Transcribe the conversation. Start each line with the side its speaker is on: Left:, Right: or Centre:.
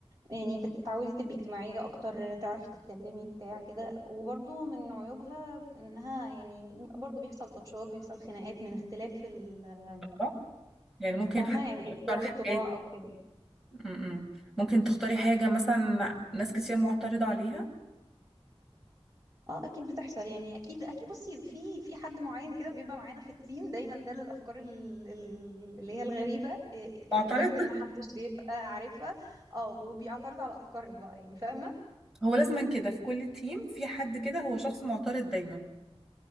Right: يعني بتتعودي تبقي اجتماعية اكتر تعرفي تتكلمي بتاع كده وبرضو من عيوبها انها يعني برضو بيحصل تطشات بيحصل خناقات من اختلاف ال-
Centre: آه. يعني ممكن
Right: فاهمة
Centre: حد
Right: يعني
Centre: يختار
Right: اختلاف
Centre: حاجات
Right: الطباع او كده
Centre: م-م. ممكن تختاري حاجة مثلا ناس كتير معترضة عليها
Right: اه اكيد بتحصل يعني اكيد اكيد بصي في في حد معين كده بيبقى معانا في التيم دايما ده للافكار ال- ال- اللي هي الغريبه إيه،
Centre: معترض
Right: الويرد اللي محدش بيبقى عارفها اه وبيعترض على افكارنا بقى يعني فاهمه
Centre: هو لازما كده في كل تيم في حد كده هو شخص معترض دايما